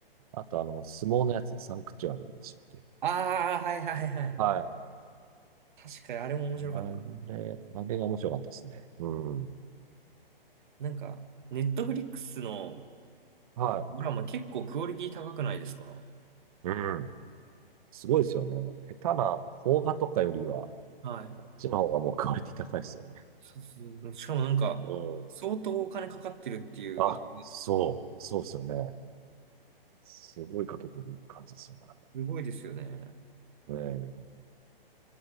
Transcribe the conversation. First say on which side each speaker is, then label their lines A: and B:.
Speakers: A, on the right (about 40°); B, on the right (about 55°).
A: あと、あの、相撲のやつ、サンクチュアリーでしたっけ
B: ああ、はいはいはい。
A: はい。
B: 確かにあれも面白かった。
A: あれ、あれが面白かったですね。うん。
B: なんか、ネットフリックスの、
A: は
B: あのドラマ結構クオリティ高くないですか
A: い。うん。すごいですよね。下手な邦画とかよりは、
B: はい。
A: あっちの方がもうクオリティ高いですよね。
B: そうそう。しかもなんか、
A: うん。
B: 相当お金かかってるっていう噂、
A: あ、そう、そうですよね。すごいかけてる感じですよね。
B: すごいですよね。
A: ええ、